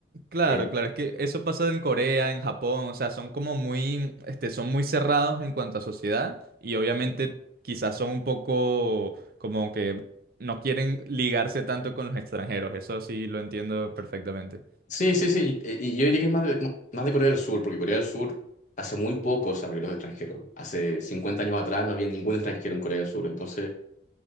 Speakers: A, on the right; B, on the left.
A: Claro,
B: en-
A: claro, es que eso pasa en Corea, en Japón, o sea, son como muy, este, son muy cerrados en cuanto a sociedad y obviamente quizás son un poco como que no quieren ligarse tanto con los extranjeros, eso sí lo entiendo perfectamente.
B: Sí, sí, sí. Y, y yo diría que es más de, más de Corea del Sur, porque Corea del Sur hace muy poco se abrió los extranjeros. Hace 50 años atrás no había ningún extranjero en Corea del Sur. Entonces,